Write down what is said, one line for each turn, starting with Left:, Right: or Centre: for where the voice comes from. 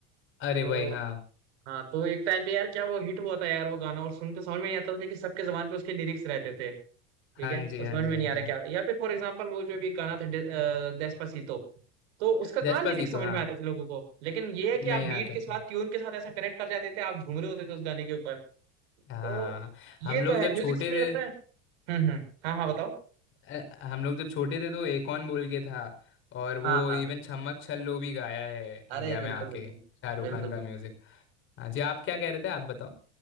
Left: अरे
Right: तो
Left: भाई हाँ
Right: हाँ तो एक टाइम पे यार क्या वो हिट हुआ था यार वो गाना और सुन के समझ में नहीं आता था लेकिन सबके जबान पे उसके लिरिक्स रहते थे ठीक
Left: हाँ
Right: है
Left: जी
Right: तो
Left: हाँ
Right: समझ
Left: जी
Right: में
Left: हाँ
Right: नहीं आ
Left: जी
Right: रहा क्या हो रहा है। या फिर फॉर एग्जाम्पल वो जो भी गाना था डे- अ, डेस्पासीतो तो उसका कहाँ
Left: डेस्पासीतो
Right: लिरिक्स समझ
Left: हाँ
Right: में आते थे लोगों को लेकिन ये है कि
Left: नहीं
Right: आप बीट
Left: आता
Right: के साथ
Left: था
Right: ट्यून के साथ ऐसा कनेक्ट कर जाते थे आप झूम रहे होते थे उस गाने के ऊपर तो
Left: हाँ हम
Right: ये तो
Left: लोग जब
Right: है म्यूजिक
Left: छोटे
Right: से मुझे
Left: थे
Right: लगता है हम्म हम्म हाँ हाँ बताओ
Left: अ, हम लोग जब छोटे थे तो एकॉन बोल के था और वो
Right: हाँ हाँ
Left: इवन छम्मक छल्लो भी गाया है इंडिया
Right: अरे बिल्कुल
Left: में आके
Right: बिल्कुल
Left: शाहरुख
Right: बिल्कुल
Left: खान का म्यूजिक हाँ जी आप क्या कह रहे थे आप बताओ